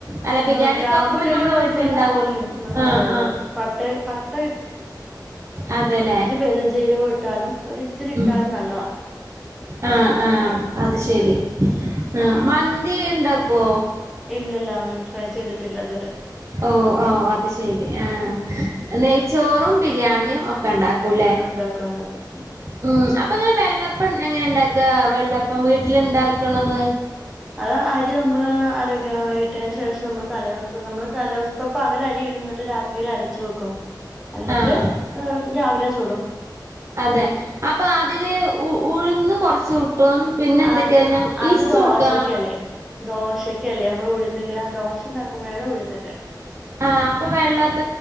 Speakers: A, on the right; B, in the centre.
A: അല്ല ബിരിയാ
B: ആഹ് ഗ്രാമ്പൂല്ലേലും
A: ക്കൊക്കെ പോ നമ്മളെ
B: കൊഴപ്പല്ല
A: വീട്ടില ഇണ്ടാവല്ലോ
B: ഉം
A: ആഹ്
B: അതെ അതെ
A: ആഹ്
B: അതെ പട്ട പട്ട
A: അതെല്ലേ.
B: ചരുംചീരവും ഇട്ടാലും ഒരിച്ചിരി ഇട്ടാലും
A: ഉം
B: നല്ലത
A: ആഹ് ആഹ് അത് ശരി
B: ഉം
A: ആ മന്തി ഇ ണ്ടാക്കോ
B: ഇല്ലല്ല അങ്ങനെ ട്രൈ ചെയ്തിട്ടില്ല ഇതുവരെ
A: ഓഹ് ഓഹ് അത് ശെരി ആഹ്
B: ഉം
A: നെയ്ച്ചോറും, ബിരിയാണിം ഒക്കെ ഇ ണ്ടാക്കൂല്ലേ
B: ഉണ്ടാക്കും ഉണ്ടാക്കും.
A: ഉം അപ്പൊ ഇങ്ങെള് വെള്ളപ്പം എങ്ങനെ ഇണ്ടാക്കാ വെള്ളപ്പം വീട്ടിലണ്ടാക്കണത്.
B: അ അരി മ്മള് അര ഇട്ടതിന് ശേഷം അമ്മള് തലേസം നമ്മള് തലസ പകല അരി ഇടുന്നിട്ട് രാ സിൽ അരച്ചു വെക്കും എന്നിട്ട്
A: ആഹ്
B: ഏ രാവിലെ ചൂടും.
A: അതെ അപ്പൊ അതില് ഉഴ്ന്ന് കൊ റചൂട്ടോ? പിന്നെന്തൊക്കെയാ
B: അത്
A: ന്നം
B: അത്
A: ഈസ്റ്റ്
B: ദോശക്കല്ലേ
A: കൂട്ടോ?
B: ദോശക്കല്ലേ അമ്മൾ ഉഴുന്നിട ദോശ ണ്ടാക്കുമ്പഴാണ് ഉഴുന്നിട
A: ആഹ് അപ്പൊ വെള്ളപ്പ